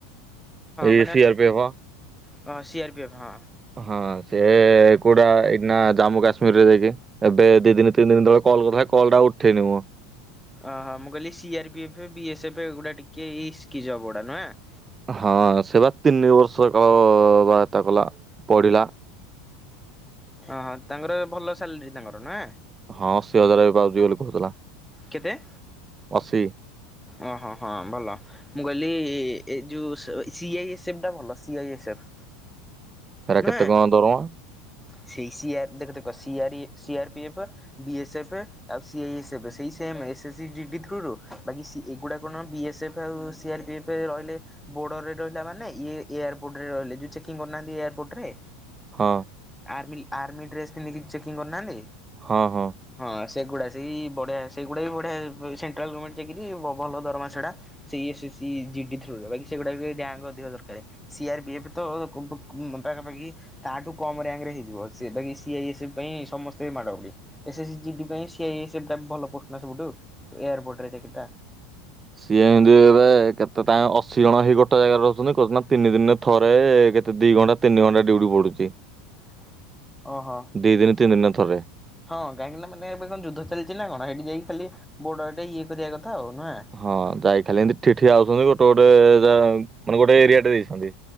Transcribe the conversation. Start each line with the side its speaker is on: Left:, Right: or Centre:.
Right: ଏଇ
Centre: ମାନେ
Right: ସି
Centre: ଅଛି
Right: ଆର ପି ହବ।
Centre: ହଁ ସି ଆର୍ ପି ଏଫ୍ ହଁ।
Right: ହଁ ସିଏ କୋଉଟା ଏଇିଠି ନା ଜାମ୍ମୁ କାଶ୍ମୀରରେ ଯାଇକି। ଏବେ ଦି ଦିନ ତିନି ଦିନ ତଳେ କଲ୍ କରିଥିଲା କଲ୍ ଟା ଉଠେଇନି ମୁଁ।
Centre: ଓହୋ ମୁଁ କହିଲି C R P F, B S F ଏଇଗୁଡା ଟିକେ ଇସ୍କି ଯବ ଗୁଡା ନୁହେଁ?
Right: ହଁ ସେ ବା ତିନି ବର୍ଷ କାଳ ଅ ବାହେତା କଲା ପଢିଲା।
Centre: ଅ ହଁ ତାଙ୍କର ଭଲ ସାଲେରୀ ତାଙ୍କର ନୁହେଁ।
Right: ହଁ ଅଶୀ ହଜାର ଏବେ ପାଉଚି ବୋଲି କହୁଥିଲା।
Centre: କେତେ?
Right: ଅଶୀ।
Centre: ଅଁ ହଁ ହଁ ଭଲ। ମୁଁ କହିଲି ଏ ଯୋଉ ସ ସି ଆଇ ଏସ୍ ଏଫ ଟା ଭଲ ସି ଆଇ ଏସ୍ ଏଫ୍।
Right: ହେରା
Centre: ନୁହେଁ।
Right: କେତେ କଁ ଦରମା?
Centre: ସେଇ ସି ଆର୍ ଦେଖ ଦେଖ ସି ଆର୍ ଇଏ C R P F. B S F ଆଉ ସି ଆଇ ଏସ୍ ଏଫ୍ ସେଇ ସେମ୍ ଏସ୍ ଏସ୍ ଇ ଡିଡି ଥ୍ରୋରୁ ବାକି ସି ଏଗୁଡ଼ା କଣ ବି ଏସ୍ ଏଫ୍ ଆଉ ସି ଆର୍ ପି ଏଫ୍ ରହିଲେ ବୋର୍ଡରରେ ରହିଲା ମାନେ ଇଏ ଏୟାରପୋର୍ଟ ରେ ରହିଲେ ଯୋଉ ଚେକିଂ କରୁନାହାନ୍ତି ଏୟାରପୋର୍ଟ ରେ।
Right: ହଁ।
Centre: ଆର୍ମିଲ ଆର୍ମି ଡ୍ରେସ୍ ପିନ୍ଧିକି ଚେକିଂ କରୁନାହାନ୍ତି।
Right: ହଁ ହଁ।
Centre: ହଁ ସେଗୁଡା ସେଇ ବଢିଆ ସେଗୁଡା ବି ବଢିଆ ସେଣ୍ଟ୍ରାଲ ଗର୍ମେଣ୍ଟ ଚାକିରି ଭ ଭଲ ଦରମା ସେଡା। ସେଇ ଏସ ଏସ ଇ ଜିଡି ଥ୍ରୋ ରୁ ବାକି ସେଗୁଡ଼ାକ ର ରାଙ୍କ୍ ଅଧିକା ଦରକାରେ। ସି ଆର୍ ବି ଏଫ ତ ପାଖାପାଖି ତାହାଠୁ କମ୍ ରାଙ୍କ୍ ରେ ହେଇଯିବ ସି ବାକି ସି ଆଇ ଏସ୍ ଏଫ୍ ପାଇଁ ସମସ୍ତେ ମାଡ ଗୋଡ଼ି। ଏସ୍ ଏସ୍ ଜିଡି ପାଇଁ ସି ଆଇ ଏସ୍ ଏଫ୍ ଭଲ ପୋଷ୍ଟ ନା ସବୁଠୁ ଏୟାରପୋର୍ଟ ରେ ଚାକିରି ଟା।
Right: ସିଏ ଏମିତି ଏବେ କେତେ ତାଙ୍କ ଅଶୀ ଜଣ ହେଇ ଗୋଟେ ଜାଗାରେ ରହୁଛନ୍ତି କହୁଛନ୍ତି ନା ତିନି ଦିନରେ ଥରେ କେତେ ଦିଇ ଘଣ୍ଟା ତିନି ଘଣ୍ଟା ଡିଉଟି ପଡୁଛି।
Centre: <inaudible> ଓହୋ
Right: ଦିଇଦିନ ତିନି ଦିନରେ ଥରେ।
Centre: ହଁ କାହିଁକିନା ମାନେ ଏବେ କଣ ଯୁଦ୍ଧ ଚାଲିଛି ନା କଣ ହେଟି ଯାଇକି ଖାଲି ବୋଡ଼ର୍ ଟେ ଇଏ କରିବା କଥା ଆଉ ନୁଆଁ।
Right: ହଁ ଯାଇକି ଖାଲି ଏମିତି ଠି ଠିଆ ହଉଛନ୍ତି ଗୋଟେ ଗୋଟେ ଯା ମାନେ ଗୋଟେ ଏରିଆ ଟେ ଦେଇଛନ୍ତି।